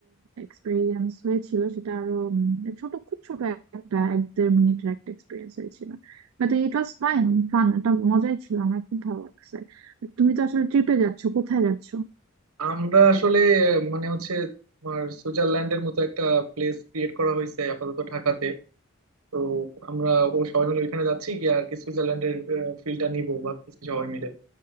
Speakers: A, on the right (about 70°); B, on the right (about 85°).
A: এক্সপেরিয়েন্স হয়েছিল সেটা আরো উম, ছোট খুব ছোট একটা এক দেড় মিনিটের একটা এক্সপিরিয়েন্স হয়েছিল But it was fine fun এটা মজাই ছিল আমার খুব ভালো লাগছে তুমি তো আসলে ট্রিপে যাচ্ছ কোথায় যাচ্ছ
B: আমরা আসলে আহ, মানে হচ্ছে তোমার সুইজারল্যান্ডের মতো একটা প্লেস ক্রিয়েট করা হয়েছে আপাতত ঢাকাতে তো আমরা ও সবাই মিলে ওইখানে যাচ্ছি গিয়ে আর কি সুইজারল্যান্ডের ফিল্ডটা নিবো ভাবতেছি সবাই মিলে